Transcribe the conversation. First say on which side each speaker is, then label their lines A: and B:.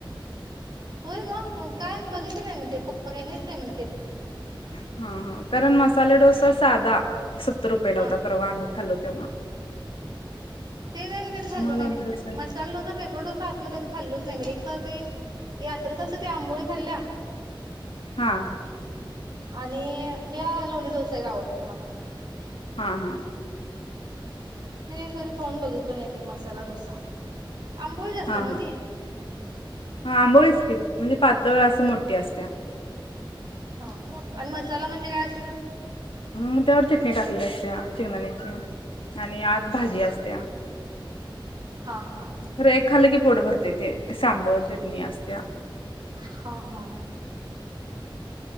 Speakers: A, on the right; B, on the left.
A: होय ग मग काय बघितलं नाही म्हणजे पप्पा हनीच सेमट केलं
B: हा हा कारण मसाला डोसा साधा सत्तर रुपये लावता.
A: हा
B: परवा आम्ही खाल्लो तेव्हा,
A: ते काय मी कधी खाल
B: मग
A: नाही
B: लोणी
A: मी
B: डोसा
A: ल डोसा पेपर डोसा असल कधी खाल्लोच नाही म एक तर ते यात्रेत असते ते आंबोई खाल्ल्या. <inaudible>
B: हा
A: आणि ह्या लोणी डोसा का आवडतोय मला.
B: हा हा.
A: ते कधी खाऊन बघितलं नाही ते मसाला डोसा आंबो असत
B: हा
A: ना
B: हा
A: ते.
B: हा आंबोळीच के म्हणजे पातळ असं मोठी असते.
A: हा आणि मसाला म्हणजे काय असत तर,
B: हम त्यावर चटणी टाकली असते शेंगदाण्याची. आणि आत भाजी असत्या.
A: हा हा
B: ते एक खाली की पोट भरते ते सांबर चटणी असत्या.
A: हा हा हा..